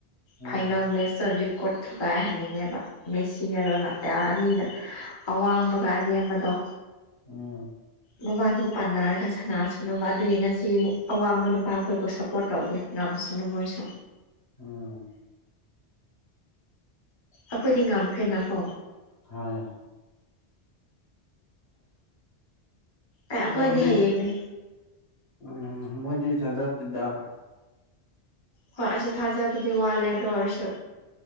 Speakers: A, on the left; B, on the left.
A: ꯎꯝ
B: ꯐꯥꯏꯅꯦꯜ ꯃꯦꯠꯆꯇꯣ ꯔꯤꯀꯣꯔꯗ ꯊꯨꯒꯥꯏꯍꯟꯅꯤꯡꯉꯦꯕ ꯃꯦꯁꯤꯔꯣꯅ ꯑ ꯑꯅꯤꯗ ꯑꯋꯥꯡꯕꯒ ꯑꯅꯦꯝꯕꯗꯣ
A: ꯎꯝ
B: ꯃꯕꯅꯤ ꯄꯥꯟꯅꯔꯒ ꯁꯅꯥꯁꯅꯨꯕ ꯑꯗꯨꯒꯤ ꯉꯁꯤ ꯑꯋꯥꯡꯕ ꯅꯨꯄꯥ ꯑꯈꯣꯏꯕꯨ ꯁꯞꯄꯣꯔꯠ ꯇꯧꯒꯦ ꯉꯝꯁꯅꯨ ꯃꯣꯏꯁꯨ
A: ꯎꯝ
B: ꯑꯈꯣꯏꯗꯤ ꯉꯝꯈꯔꯦꯅꯀꯣ
A: ꯎꯝ
B: ꯑꯦ ꯑꯩꯈꯣꯏꯗꯤ
A: ꯅꯣꯏꯗꯤ
B: ꯍꯌꯦꯡꯅꯦ
A: ꯎꯝ ꯃꯣꯏꯗꯤ ꯊꯒꯠꯇꯦꯗ
B: ꯍꯣꯏ ꯑꯩꯁꯨ ꯊꯥꯖꯕꯗꯤ ꯋꯥꯠꯂꯦ ꯑꯗꯨ ꯑꯣꯏꯔꯁꯨ